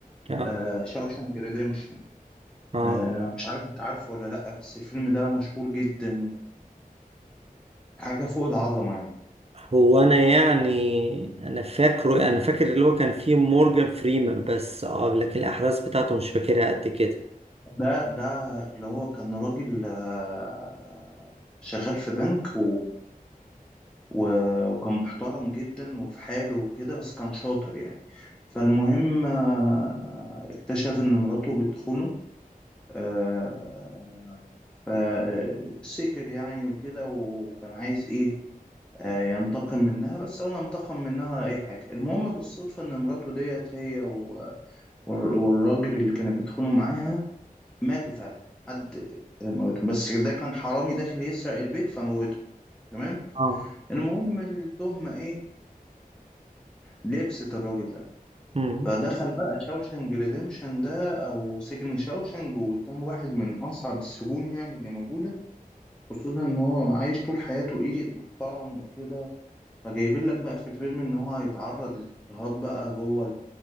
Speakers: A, on the right (about 45°); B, in the centre.
A: آه
B: آه شاوشانك ريديمشن
A: آه
B: آه مش عارف انت عارفه ولا لأ بس الفيلم ده مشهور جدا وحاجة فوق العظمة يعني
A: هو أنا يعني أنا فاكره أنا فاكر اللي هو كان فيه مورجان فريمان بس آه لكن الأحداث بتاعته مش فاكرها قد كده
B: ده ده اللي هو كان راجل آه، شغال في بنك و- وكان محترم جدا وفي حاله وكده بس كان شاطر يعني فالمهم آه، اكتشف إن مراته بتخونه آه، فسكر يعني وكده وكان عايز إيه آه، ينتقم منها بس ولا انتقم منها ولا أي حاجة المهم بالصدفة إن مراته ديت هي و- والر- والراجل اللي كانت بتخونه معاها ماتوا فعلا حد موته بس ده كان حرامي داخل يسرق البيت فموته تمام
A: آه
B: المهم التهمة إيه لبست الراجل ده
A: مم.
B: فدخل بقى شاوشنج ريديمشن ده او سجن شاوشنج وقدام واحد من اصعب السجون يعني اللي موجوده خصوصا ان هو عايش طول حياته ايه محترم وكده فجايبين لك بقى في الفيلم ان هو هيتعرض لاضطهاد بقى جوه